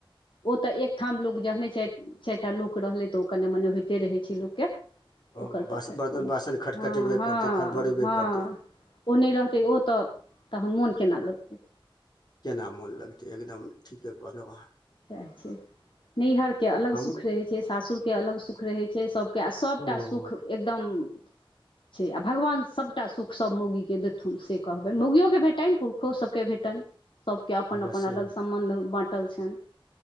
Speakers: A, on the left (about 65°); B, on the left (about 50°).
A: ओ तऽ एक ठाम लोक जहने चारि चारि टा लोक रहलै तऽ ओ कने मने होइते रहै छैइ लोक के
B: हँ
A: ओकर
B: बास
A: तऽ खैर
B: बर्तन
A: कोनो
B: बासन खटखटेबे
A: हँअ् हँअ्
B: करतै खड़बड़ेबे
A: हँअ्
B: करतै
A: ओ नई रहतै ओ तऽ तहन मोन केना लगतै?
B: केना मोन लगतै एकदम ठीके कहलहुँ।
A: सैह छैय। नैहरके अलग
B: हमर
A: सुख रहैइ छैय सासुरके अलग सुख रहैत छैय सबके आ सबटा
B: हँ
A: सुख एकदम हूंअ् छैय आ भगवान सभटा सुखसभ मौगीके देथुन से कहबनि मौगियोके भेटनि पुरुषो सबके भेटनि। सबके अपन
B: अवश्ये
A: अपन अलग सम्बन्ध बाँटल छनि।